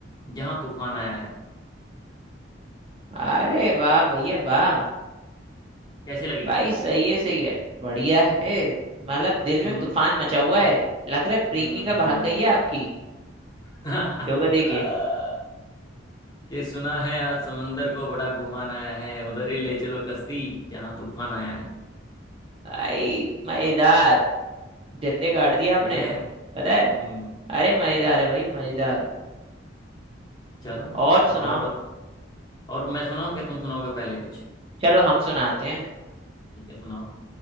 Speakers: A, on the left (about 20°); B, on the right (about 30°).
A: जहां तूफान आया है
B: अरे वाह भैया वाह
A: कैसी लगी
B: भाई सही है सही है बढ़िया है मतलब दिल
A: ये सुन
B: में तूफान मचा हुआ
A: हम्म
B: है लग रहा है प्रेमी
A: हम्म
B: का भाग गई है आपकी
A: <laughs>
B: डोगा देके
A: कि सुना है आज समंदर को बड़ा गुमान आया है उधर ही ले चलो कश्ती जहां तूफान आया है
B: भाई मजेदार जंदे गाड़ दिया
A: बढ़िया
B: आपने
A: है
B: पता है
A: हम्म
B: अरे मजेदार है भाई मजेदार
A: चलो
B: और सुनाओ
A: और और मैं सुनाऊं कि तुम सुनाओगे पहले कुछ
B: चलो हम सुनाते हैं
A: ठीक है सुनाओ